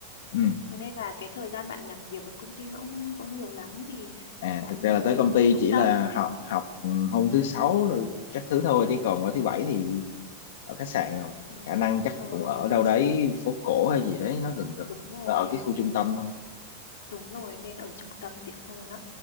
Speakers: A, on the left (about 70°); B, on the left (about 85°).
A: ừ
B: thế nên là cái thời gian bạn làm việc ở công ty nó cũng không có nhiều lắm thì
A: À
B: bạn
A: thực
B: nên
A: ra là tới
B: ở
A: công
B: khu
A: ty
B: trung
A: chỉ
B: tâm
A: là học học ừ, hôm thứ sáu rồi các thứ thôi chứ còn qua thứ bảy thì ở khách sạn rồi
B: ừ.
A: khả năng chắc là
B: ờ
A: cũng ở đâu đấy phố cổ hay gì đấy nó gần gần
B: đúng rồi
A: nó ở cái khu trung tâm thôi
B: đúng rồi nên ở trung tâm tiện hơn đó